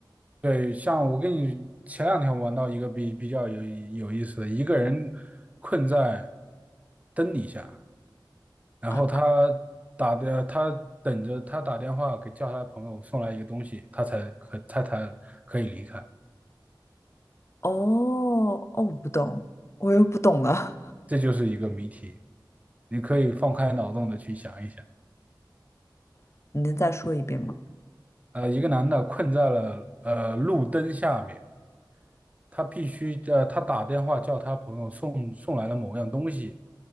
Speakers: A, on the right (about 20°); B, on the left (about 35°).
A: 对，像我跟你前两天玩到一个比比较有有意思的，一个人困在灯底下，然后他打的，
B: 啊。
A: 他等着他打电话给叫他的朋友送来一个东西，他才可他才可以离开。
B: 哦，哦，我不懂，我又不懂了。
A: 这就是一个谜题，你可以放开脑洞的去想一想。
B: <laughs> 你能再说一遍吗？
A: 呃，一个男的困在了呃路灯下面，他必须呃他打电话叫他朋友送送来了某样东西，